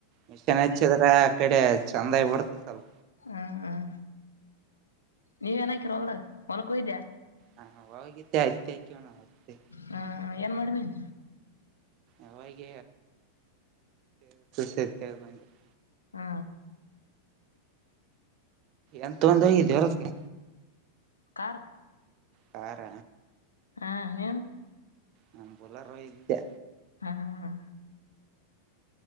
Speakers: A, on the right; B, on the left.
A: ಮಿಷನ್ ಹಚ್ಚಿದ್ರ ಆ ಕಡೆ ಚೆಂದ ಆಗಿ ಬಡ್ತದಲ್
B: ಹ್ಮ ಹ ನೀವೇನ ಹಾಕಿರ ಹೊಲ್ದಾಗ ಹೊಲುಕ್ ಹೋಗಿದ್ಯಾ
A: ಹಾ ಹೋಗಿದ್ದೆ ಅಯತ್ತ ಆಯ ಕಣ ಅತ್ತೆ
B: ಹಾ ಏನ್ ಮಾಡ್ ಬಂದೆ
A: ಅವಾಗ ಸ ಬಂದು <unintelligible>
B: ಹ್ಮ
A: ಎಂತ ಒಂದು ಹೋಗಿದ್ ದೇವರಕ್ಕೆ
B: ಕಾರು
A: ಕಾರ
B: ಹಾ ನೀನ್
A: ನನ್ ಬುಲ್ಲಾರೊ ಇದ್ದೆ
B: ಹಾ ಹಾ ಹ